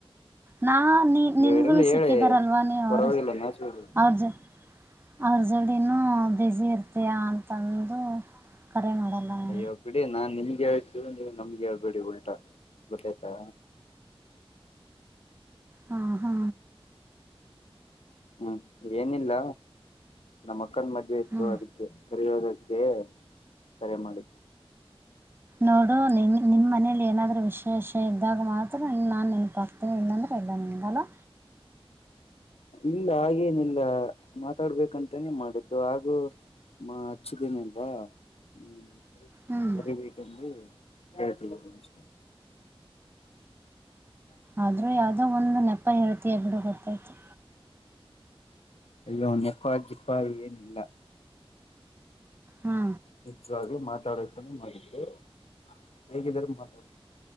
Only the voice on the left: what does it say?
ಇವ್ರಲ್ಲ ಹೇಳಿ
ಪರವಾಗಿಲ್ಲ
ನಾಚ್ಬೇಡಿ
ಅಯ್ಯೋ ಬಿಡಿ ನಾನ್ ನಿಮ್ಗೆ ಹೇಳ್ತ ನೀವು ನಮ್ಗೆ ಹೇಳ್ಬಿಡಿ ಉಲ್ಟಾ ಗೊಟ್ಟಯ್ತಾ
ಹ್ಮ್ ಏನಿಲ್ಲ ನಮ್ಮ ಅಕ್ಕನ್ ಮದ್ವೆ ಇತ್ತು
ಅದಕ್ಕೆ ಕರೆಯೋದಕ್ಕೆ ಕರೆ ಮಾಡಿ
ಇಲ್ಲ ಹಾಗೇನಿಲ್ಲ ಮಾತಾಡ್ಬೇಕಂತಾನೇ ಮಾಡಿದ್ದು ಹಾಗೂ ಮಾ ಹಚ್ಚಿದ್ದೇನಲ್ವಾ ಹ್ಮ್
ಹರಿಬೇಕಂದು ಹೇಳ್ತಿನಿ ಅಷ್ಟೆ
ಅಯ್ಯೋ ನೆಪ ಗಿಪ್ಪ ಏನಿಲ್ಲ
ನಿಜ್ವಾಗ್ಲೂ ಮಾತಾಡೋಕೆನೆ ಮಾಡಿದ್ದು ಹೇಗಿದ್ದರೂ ಮಾತಾ.....